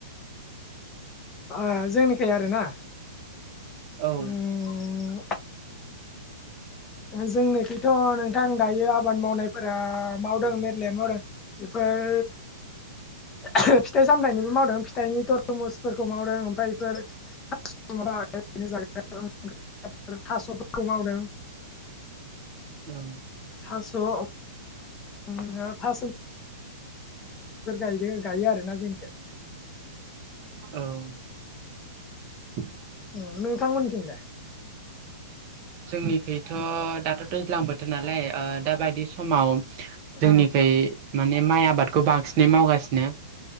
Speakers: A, on the left; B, on the right.
A: ओ जोंनिखाय आरोना
B: औ
A: उम जोंनिखैथ' नोंथां दायो आबाद मावनायफोरा मावदों मेरलाय मावदों बेफोर <unintelligible> फिथाइ सामनिबो मावदों फिथाइनि तरमुसफोरखौ मावदों ओमफ्राय इफोर <unintelligible> थास'फोरखौ मावदों।
B: औ
A: थास' <unintelligible> बेफोर गायदों गायो आरोना जोंनिखै
B: औ
A: उम नोंथांमोनथिंलाय
B: जोंनिखैथ' दाथ' दैज्लां बोथोर नालाय ओ दाबायदि समाव जोंनिखै
A: ओं
B: माने माइ आबादखौ बांसिनै मावगासिनो